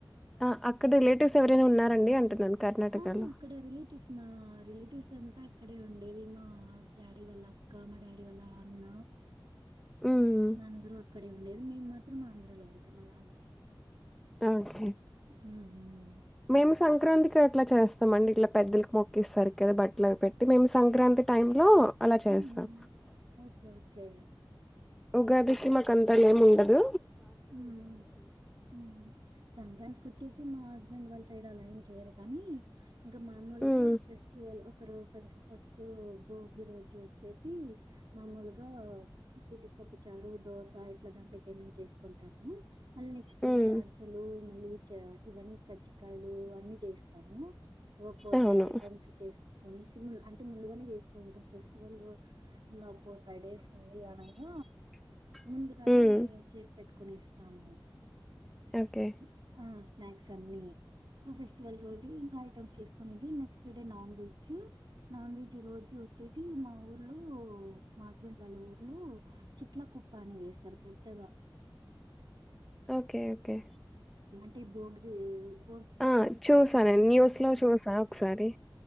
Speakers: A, in the centre; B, on the right (about 70°).
A: ఆ అక్కడ రిలేటివ్స్ ఎవరైనా ఉన్నారండి అంటున్నాను కర్ణాటకలో?
B: అవును అక్కడ రిలేటివ్స్ మా రిలేటివ్స్ అంతా అక్కడే ఉండేది మా డాడీ వాళ్ళ అక్క మా డాడీ వాళ్ళ అన్న
A: ఊమ్
B: అందరూ అక్కడే ఉండేది మేము మాత్రం ఆంధ్రాలో ఉంటాం ఇగ అండి
A: ఓకే
B: ఉమ్ ఉమ్
A: మేము సంక్రాంతికి అట్లా చేస్తామండి ఇట్లా పెద్దలకు మొక్కిస్తరు కదా బట్టల అవి పెట్టి మేము సంక్రాంతి టైంలో అలా చేస్తాం
B: హుహు. ఓకే. ఓకే.
A: ఉగాదికి మాకంత ఏమి ఉండదు
B: ఊమ్ ఊమ్ సంక్రాంతికి వచ్చేసి మా హస్బెండ్ వాళ్ల సైడ్ అలా ఏం చేయరు కానీ ఇంకా మామూలుగా
A: హ్మ్
B: ఫెస్టివల్ ఒక రోజు ఫస్ ఫస్ట్ భోగి రోజు వచ్చేసి మామూలుగా పితికపప్పు చారు దోస ఇట్లా దాంట్ల ఏమనా చేసుకుంటాము మళ్ళీ నెక్స్ట్
A: హ్మ్
B: డే అర్సలు మునిగ చ ఇవన్నీ కజ్జికాయలువన్నీ జేస్తాము ఒక ఫోర్
A: అవును.
B: ఫైవ్ ఐటమ్స్ చేస్ కొనేసి అంటే ముందుగానే చేసుకుంటాం ఫెస్టివల్ ఇంకా ఫోర్ ఫైవ్ డేస్ ఉంది అనంగా
A: <inaudible>
B: ముందుగానే
A: హ్మ్.
B: చేసి పెట్టుకుని ఇస్తాము
A: ఓకే.
B: స ఆ స్నాక్స్ అన్ని ఫెస్టివల్ రోజు ఇంకా ఐటెమ్స్ చేస్ కొనింది next day non veg non veg రోజు వచ్చేసి మా ఊర్లో మా హస్బెండ్ వాళ్ళ ఊర్లో చిట్ల కుప్పని వేస్తారు పెద్దగా
A: ఓకే ఓకే
B: ఇ <unintelligible>
A: ఆ చూసానండి న్యూస్ లో చూసా ఒకసారి